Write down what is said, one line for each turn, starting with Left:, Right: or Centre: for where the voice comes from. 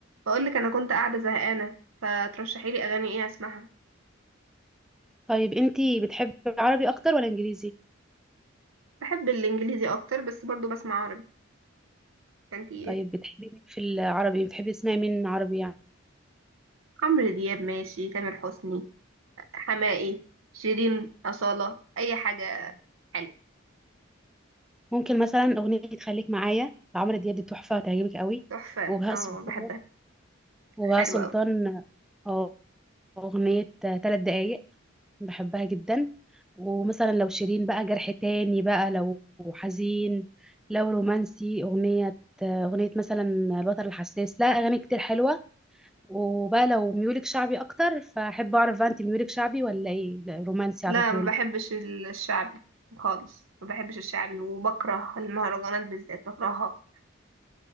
Right: بقول لك انا كنت قاعده زهقانه فترشحي لي اغاني ايه اسمعها
Centre: طيب انتي بتحبي عربي اكتر ولا انجليزي
Right: بحب الانجليزي اكتر بس برضو بسمع عربي فانتي
Centre: طيب بتحبي مين في العربي بتحبي تسمعي مين عربي يعني
Right: عمرو دياب ماشي تامر حسني حماقي شيرين أصالة اي حاجه حلوه
Centre: ممكن مثلا اغنية خليك معايا لعمرو دياب دي تحفة هتعجبك قوي
Right: تحفه
Centre: وبهاء
Right: اه
Centre: سلطان
Right: بحبها
Centre: وبهاء
Right: حلوه
Centre: سلطان
Right: قوي
Centre: اه، اغنية ثلاث دقايق بحبها جدا ومثلا لو شيرين بقى جرح تاني بقى لو حزين لو رومانسي اغنية اغنية مثلا الوتر الحساس لا اغاني كتير حلوة وبقى لو ميولك شعبي اكتر فاحب اعرف بقى انت ميولك شعبي ولا ايه لا، رومانسي
Right: لا
Centre: على طول
Right: ما بحبش ال- الشعبي خالص ما بحبش الشعبي وبكره المهرجانات بالذات بكرهها